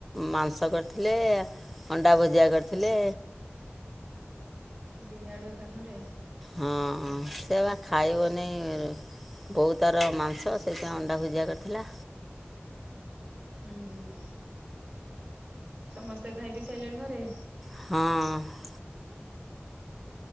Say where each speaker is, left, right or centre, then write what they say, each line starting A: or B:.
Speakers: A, in the centre; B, on the right.
A: ମାଂସ କରିଥିଲେ ଅଣ୍ଡା ଭୁଜିଆ କରିଥିଲେ।
B: ଦିଆଡ଼ୁ ଏକାଥରେ।
A: ହଁ ସେବା ଖାଇବନି ବୋଉ ତାର ମାଂସ ସେଇଥିପାଇଁ ଅଣ୍ଡା ଭୁଜିଆ କରିଥିଲା।
B: ହୁଁ ହୁଁ। ସମସ୍ତେ ଖାଇ ପିଇ ସାରିଲେଣି ଘରେ?
A: ହଁ।